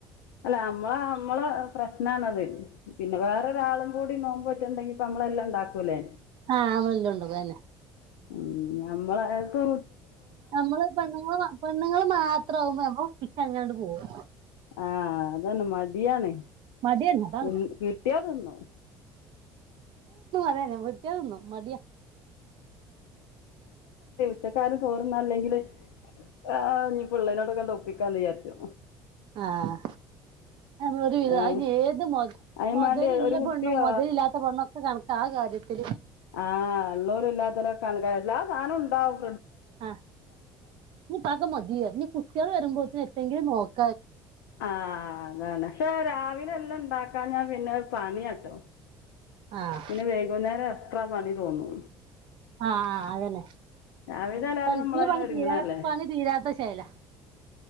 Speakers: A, on the left; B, on the right.
A: അല്ല നമ്മള നമ്മള പ്രശ്നാണത് പിന്നെ വേറൊരാളും കൂടി നോമ്പോറ്റണ്ടെങ്കി പ്പ നമ്മളെല്ലാ ഉണ്ടാക്കൂലേ
B: ആഹ് നമ്മളെല്ലാം ഉണ്ടാക്കും അതന്നെ
A: ഉം നമ്മളെയകു
B: നമ്മള് പെണ്ണുൾ പെണ്ണുങ്ങള് മാത്രാവുമ്പോ നമ്മ ഒപ്പിച്ച അങ്ങനട് ഓഹ്
A: ആഹ് അതന്നെ മടിയാണ്
B: മടിയാണ് അതാണ്
A: ത് കിട്ടിയാ തിന്നും
B: യെസ് വെട്ടിയതന്നു മടിയാ
A: ച്ചക്കാരും ചോറ്ന്നാല്ലെങ്കില് ആ ഞ്ഞി ഇള്ളേനൊക്കൊണ്ടൊക്കാണ്ട് ഒപ്പിക്കാന്ന് വിചാരിച്ചു
B: ആഹ് അ ഒരു വിധ
A: ഏഹ്
B: അതി ഏത്
A: അയിനും
B: മൊതലില്ല
A: മാണ്ടി ഒരു കുട്ടിയോ
B: പെണ്ണും മൊതലില്ലാത്ത പെണ്ണും ഒക്കെ കണക്ക ആ കാര്യ ഇത്തി
A: ആ ള്ളോരും ഇല്ലാത്തവരൊക്കെ <unintelligible> എല്ലാ സാനും ണ്ടാവും
B: ആ നീ പക്ക മതിയ നീ കുട്ടികൾ വരുമ്പോത്തിന് എന്തെങ്കിലും നോക്ക
A: ആഹ് അതാണ് പക്ഷെ രാവിലെ എല്ലം ഇണ്ടാക്കാ ഞാൻ പിന്നെ അത് പണിയാട്ടോ
B: ആഹ്
A: പിന്നെ വയ്ഗുന്നേരം അത്ര പണി തോന്നൂ
B: ആഹ് ആ അതന്നെ
A: രാവിലെ എല്ലാരും
B: പൽക്കിയ
A: നമ്മളതിന്
B: പണി
A: ഒരുങ്ങണല്ലേ
B: തീരാ പണി തീരാത്ത ചേല